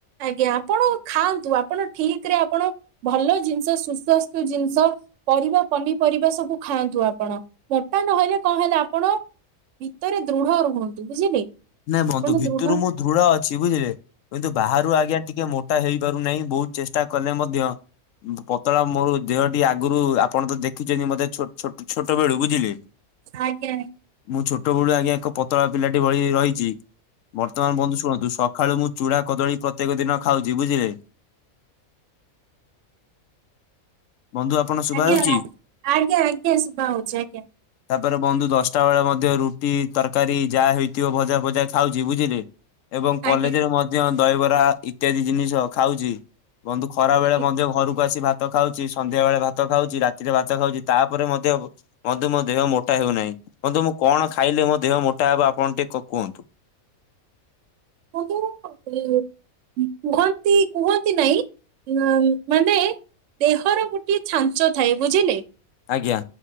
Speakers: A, on the right; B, on the left.
A: ଆଜ୍ଞା ଆପଣ ଖାଆନ୍ତୁ, ଆପଣ ଠିକ ରେ ଆପଣ ଭଲ ଜିନିଷ ସୁସ୍ୱାସ୍ଥୁ ଜିନିଷ ପରିବା ପନିପରିବା ସବୁ ଖାଆନ୍ତୁ ଆପଣ। ମ ମୋଟା ନହେଲେ କଣ ହେଲା ଆପଣ ଭିତରେ ଦୃଢ ରୁହନ୍ତୁ ବୁଝିଲେ।
B: ନାଇଁ ବନ୍ଧୁ
A: ଆପଣ
B: ଭିତରୁ
A: ଦୃଢ
B: ମୁଁ ଦୃଢ ଅଛି ବୁଝିଲେ। କିନ୍ତୁ ବାହାରୁ ଆଜ୍ଞା ଟିକେ ମୋ ଟା ହେଇପାରୁନାହିଁ। ବହୁତ ଚେଷ୍ଟା କଲେ ମଧ୍ୟ ଉଁ, ପତଳା ମୋର ଦେହ ଟି ଆଗରୁ ଆପଣ ତ ଦେଖିଛନ୍ତି, ମୋତେ ଛୋ ଛୋ ଛୋଟ ବେଳୁ ବୁଝିଲେ।
A: ଆଜ୍ଞା।
B: ମୁଁ ଛୋଟ ବେଳୁ ଆଜ୍ଞା ଏକ ପତଳା ପିଲାଟି ଭଳି ରହି ଚି ବର୍ତ୍ତମାନ ବନ୍ଧୁ ଶୁଣନ୍ତୁ। ସଖାଳୁ ମୁଁ ଚୂଡା କଦଳୀ ପ୍ରତ୍ୟେକ ଦିନ ଖାଉଚି ବୁଝିଲେ।
A: <inaudible>
B: ବନ୍ଧୁ ଆପଣ ଶୁଭା
A: ଆଜ୍ଞା
B: ହଉଚି?
A: ଆଜ୍ଞା ଆଜ୍ଞା ଆଜ୍ଞା ଶୁଭା ହଉଛି ଆଜ୍ଞା
B: ତାପରେ ବନ୍ଧୁ ଦଶଟା ବେଳ ମ ଧ୍ୟ ରୁଟି ତରକାରୀ ଯାହା ହେଇଥିବ ଭଜା ଫଜା ଖାଉଚି ବୁଝିଲେ। ଏବଂ କଲେଜ୍
A: ଆଜ୍ଞା
B: ରେ ମଧ୍ୟ ଦହିବରା ଇତ୍ୟାଦି ଜିନିଷ ଖାଉଚି। ବନ୍ଧୁ ଖରା
A: ଆଜ୍ଞା।
B: ବେଳେ ମଧ୍ୟ ଘରକୁ ଆସି ଭା ତ ଖାଉଚି। ସନ୍ଧ୍ୟାବେେଳେ ଭାତ ଖାଉଚି। ରାତିରେ ଭାତ ଖାଉଚି। ତାପରେ ମଧ୍ୟ ବନ୍ଧୁ ମୋ ଦେହ ମୋଟା ହେଉନାହିଁ। ବନ୍ଧୁ ମୁଁ କଣ ଖାଇଲେ ମୋ ଦେହ ମୋଟା ହେବ ଆପଣ ଟିକେ କ- କୁହନ୍ତୁ?
A: ବନ୍ଧୁ ଏ ଉଁ, କୁହନ୍ତି କୁହନ୍ତି ନାଇଁ ଉଁଆନ ମାନେ ଦେହର ଗୋଟିଏ ଛାଞ୍ଚ ଥାଏ ବୁଝିଲେ।
B: ଆଜ୍ଞା।